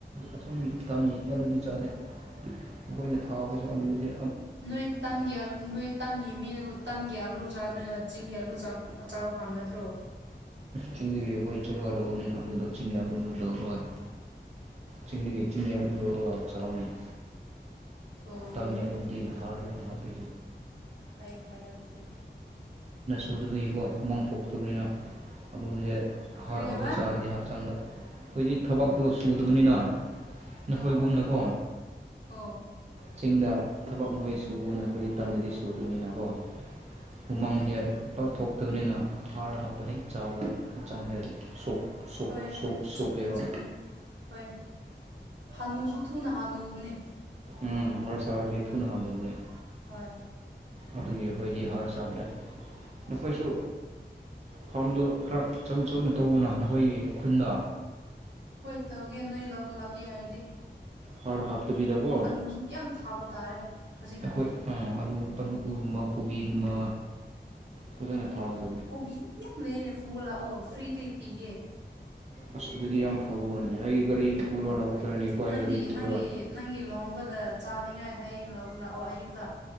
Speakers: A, on the right; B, on the right.
A: ꯑꯁꯣꯝꯒꯤ ꯇꯝꯒꯤ ꯑꯥꯂꯨꯗꯤ ꯆꯥꯗꯦ ꯑꯈꯣꯏꯅ ꯊꯥꯕꯁꯦ ꯑꯂꯨꯁꯦ
B: ꯅꯣꯏ ꯇꯝꯒꯤ ꯑꯂꯨ ꯅꯣꯏ ꯇꯝꯒꯤ ꯃꯤꯅꯕꯨ ꯇꯝꯒꯤ ꯑꯜꯂꯨꯆꯥꯗ ꯆꯤꯡꯒꯤ ꯑꯂꯨ ꯆꯥꯕ ꯆꯥꯕ ꯐꯪꯒꯗ꯭ꯔꯣ
A: ꯆꯤꯡꯗꯗꯤ ꯑꯈꯣꯏ ꯆꯠꯂꯨ ꯍꯜꯂꯨꯎꯕꯅꯤꯅ ꯑꯂꯨꯗꯣ ꯆꯤꯡꯒꯤ ꯑꯂꯨꯗꯣ ꯂꯧꯔꯒ ꯆꯤꯡꯗꯒꯤ ꯆꯤꯡꯒꯤ ꯑꯂꯨ ꯂꯧꯔꯒ ꯆꯥꯕꯅꯦ
B: ꯑꯣ
A: ꯇꯝꯒꯤ ꯑꯂꯨꯗꯤ ꯍꯥꯔ ꯌꯥꯝ ꯍꯥꯞꯄꯤ
B: ꯐꯥꯏꯌꯦ ꯐꯥꯏꯌꯦ ꯑꯗꯨꯗꯤ
A: ꯎꯗꯕꯒꯤꯀꯣ ꯍꯨꯃꯥꯡ ꯄꯣꯛꯇꯕꯅꯤꯅ ꯑꯂꯨꯁꯦ
B: ꯀ꯭ꯔꯤꯕ
A: ꯍꯥꯔ ꯍꯥꯞꯄ ꯆꯥꯔꯗꯤ ꯍꯛꯆꯥꯡꯗ ꯑꯈꯣꯏꯗꯤ ꯊꯕꯛꯇꯣ ꯁꯨꯗꯕꯅꯤꯅ ꯅꯈꯣꯏꯒꯨꯝꯅꯀꯣ
B: ꯑꯣ ꯑꯣ
A: ꯆꯤꯡꯗ ꯊꯕꯛ ꯅꯈꯣꯏ ꯁꯨꯕꯒꯨꯝꯅ ꯑꯈꯣꯏꯗꯤ ꯇꯝꯗꯗꯤ ꯁꯨꯗꯕꯅꯤꯅꯀꯣ ꯍꯨꯃꯥꯡ
B: ꯎꯝ
A: ꯁꯦ ꯄꯥꯛꯊꯣꯛꯇꯕꯅꯤꯅ ꯍꯥꯔ ꯍꯥꯞꯄ ꯍꯦꯛ ꯆꯥꯎꯕꯗ ꯍꯛꯆꯥꯡ ꯍꯦꯛ ꯁꯣꯛ ꯁꯣꯛ
B: ꯍꯣꯏ
A: ꯁꯣꯛ
B: ꯍꯣꯏ ꯆꯨꯝꯃꯦ
A: ꯁꯣꯛꯑꯦꯕ
B: ꯆꯨꯝꯃꯦ ꯍꯣꯏ ꯍꯟꯅꯨꯁꯨꯨ ꯊꯨꯅ ꯍꯅꯨ ꯄꯨꯅꯦ
A: ꯎꯝ ꯍꯔ ꯆꯔꯗꯤꯊꯨꯅ ꯍꯟꯅꯨꯕꯅꯦ
B: ꯍꯣꯏ
A: ꯑꯗꯨꯒꯤ ꯑꯈꯣꯏꯗꯤ ꯍꯥꯔ ꯆꯥꯗ꯭ꯔꯦ ꯅꯈꯣꯏꯁꯨ ꯐꯥꯔꯝꯗꯣ ꯈꯔ ꯆꯧ ꯆꯧꯅ ꯇꯧꯑꯣꯅ ꯅꯈꯣꯏꯒꯤ ꯈꯨꯟꯗ
B: ꯍꯣꯏ ꯇꯧꯒꯦ ꯅꯣꯏ ꯂꯧꯕ ꯂꯥꯛꯀꯦ ꯍꯥꯏꯔꯗꯤ
A: ꯍꯥꯔ ꯍꯥꯞꯇꯕꯤꯗꯀꯣ
B: ꯑꯂꯨꯁꯨ ꯌꯥꯝ ꯊꯥꯕ ꯇꯥꯔꯦ ꯍꯧꯖꯤꯛꯀꯥꯟꯗꯤ
A: ꯑꯈꯣꯏ ꯑꯥ ꯑꯂꯨ ꯑꯥꯂꯨꯒꯨꯝꯕ ꯀꯣꯕꯤꯒꯨꯝꯕ ꯐꯖꯅ ꯊꯥꯕꯗ
B: ꯀꯣꯕꯤ ꯌꯥꯝ ꯂꯩꯅꯦ ꯄꯨꯨꯕ ꯂꯥꯛꯑꯣ ꯐ꯭ꯔꯤꯗ ꯄꯤꯒꯦ
A: ꯑꯁ ꯑꯗꯨꯗꯤ ꯌꯥꯝ ꯐꯕ ꯋꯥꯅꯤ ꯑꯩ ꯒꯥꯔꯤ ꯄꯨꯔꯒ ꯂꯥꯛꯄ
B: ꯍꯣꯏ
A: ꯇꯥꯔꯦꯅꯦ ꯏꯄꯥꯒꯤ
B: ꯅꯪꯒꯤ
A: ꯒꯥꯔꯤ ꯄꯨꯔꯒ
B: ꯅꯪꯒꯤ ꯅꯪꯒꯤ ꯂꯨꯍꯣꯡꯕꯗ ꯆꯥꯅꯤꯡꯉꯥꯏ ꯍꯌꯦꯡ ꯂꯧꯕ ꯂꯥꯛꯑꯣ ꯑꯌꯨꯛꯇ